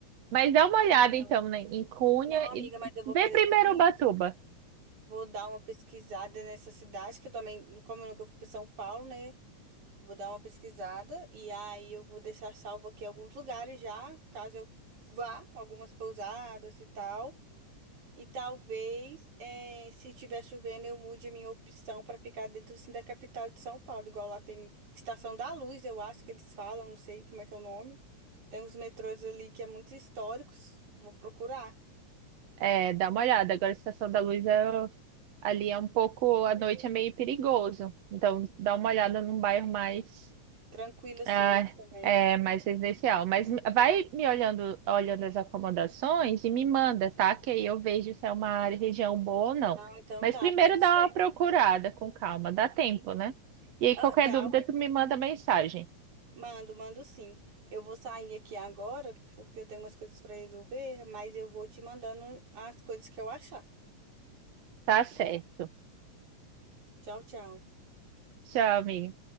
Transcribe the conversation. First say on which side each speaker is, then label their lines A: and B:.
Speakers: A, on the right (about 65°); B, on the right (about 85°).
A: Mas dá
B: É,
A: uma olhada
B: então.
A: então, né, em Cunha
B: Não, amiga,
A: e
B: mas eu vou
A: vê
B: fazer
A: primeiro
B: o seguinte.
A: Ubatuba.
B: Vou dar uma pesquisada nessa cidade, que eu também, como eu nunca fui para São Paulo, né? Vou dar uma pesquisada e aí eu vou deixar salvo aqui alguns lugares já, caso eu vá, algumas pousadas e tal. E talvez, eh, se estiver chovendo, eu mude a minha opção para ficar dentro assim, da capital de São Paulo. Igual lá tem Estação da Luz, eu acho que eles falam, não sei como é que é o nome. Tem uns metrôs ali que é muito históricos. Vou procurar.
A: É, dá uma olhada. Agora a Estação da Luz é- ali é um pouco, à noite é meio perigoso. Então dá uma olhada num bairro mais
B: Tranquilo assim,
A: Ah,
B: né, também.
A: é mais residencial. Mas vai me olhando, olhando as acomodações e me manda, tá? Que aí eu vejo se é uma área, região boa ou não.
B: Então
A: Mas
B: tá,
A: primeiro
B: pode
A: dá
B: ser.
A: uma procurada com calma, dá tempo, né? E aí
B: Ah,
A: qualquer
B: tá,
A: dúvida tu me manda mensagem.
B: Mando, mando sim. Eu vou sair aqui agora, porque eu tenho umas coisas para resolver, mas eu vou te mandando as coisas que eu achar.
A: Tá certo.
B: Tchau, tchau.
A: Tchau, amiga.